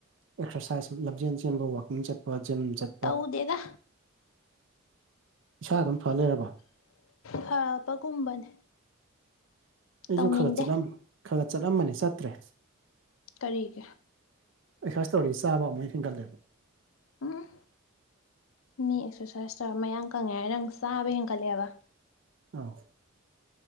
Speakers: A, on the right (about 60°); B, on the left (about 70°).
A: ꯑꯦꯛꯁꯔꯁꯥꯏꯁ ꯂꯝꯖꯦꯟ ꯆꯦꯟꯕ ꯋꯥꯛꯀꯤꯡ ꯆꯠꯄ ꯖꯤꯝ ꯆꯠ
B: ꯇꯧꯗꯦꯗ
A: ꯏꯁꯥ ꯑꯗꯨꯝ ꯐꯂꯩꯔꯕꯣ
B: ꯐꯕꯒꯨꯝꯕꯅꯦ
A: ꯑꯩꯁꯨ
B: ꯇꯧꯅꯤꯡꯗꯦ
A: ꯈꯔꯒ ꯆꯠꯂꯝ ꯈꯔꯒ ꯆꯠꯂꯝꯕꯅꯤ ꯆꯠꯇ꯭ꯔꯦ
B: ꯀꯔꯤꯒꯤ
A: ꯑꯦꯛꯁꯥꯏꯁ ꯇꯧꯔꯗꯤ ꯆꯥꯕ ꯑꯃꯨꯛ ꯍꯦꯟꯒꯠꯂꯦꯕ
B: ꯎꯝ ꯃꯤ ꯑꯦꯛꯁꯔꯁꯥꯏꯁ ꯇꯧꯔ ꯃꯌꯥꯝ ꯀꯪꯉꯦ ꯅꯪ ꯆꯥꯕ ꯍꯦꯟꯒꯠꯂꯦꯕ
A: ꯑꯥ